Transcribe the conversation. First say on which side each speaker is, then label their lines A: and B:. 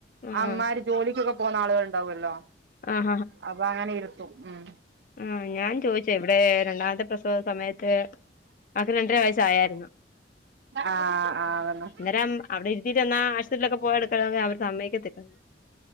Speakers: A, on the left; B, on the right.
A: ആഹ്
B: അമാര് ജോലിക്കൊക്കെ പോകുന്ന ആളുകള ഉണ്ടാവല്ലോ
A: ആഹ്
B: അപ്പൊ അങ്ങനെ ഇരുത്തും ഉം
A: ഉം ഞാൻ ചോയിച് എവടെ രണ്ടാമത്തെ പ്രസവ സമയത്ത് ആക്ക് രണ്ടര വയസ്സായായിരുന്നു
B: ആ ആ അതന്നെ
A: അന്നേരം അവിടെ ഇരുത്തിയിട്ട് എന്നാ ആശുപത്രിയിലൊക്കെ പോവാള് അവര് സമ്മയിക്കത്തില്ല